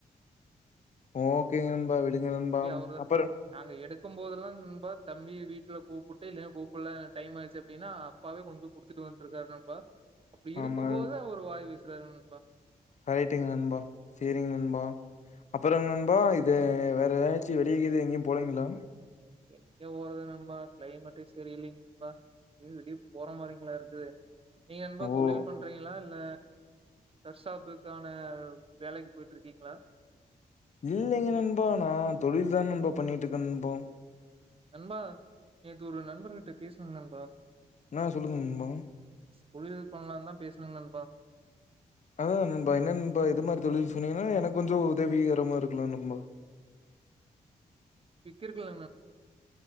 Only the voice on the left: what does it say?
ஓகேங் நண்பா விடுங்க நண்பா
அப்புறம்
ஆமா
கரெக்ட்டுங்க நண்பா சேரிங்க நண்பா அப்பறம் நண்பா இது வேற எதாச்சி வெளியேக்கிது எங்கியும் போலிங்கிளா
ஓ
இல்லைங்க நண்பா நா தொழில் தா நண்பா பண்ணிட்டுருக்க நண்பா
என்னா சொல்லுங்க நண்பா
அதா நண்பா என்ன நண்பா எது மாரி தொழில் சொன்னீங்கன்னா எனக்கு கொஞ்சோ உதவீகரமா இருக்கலா நண்பா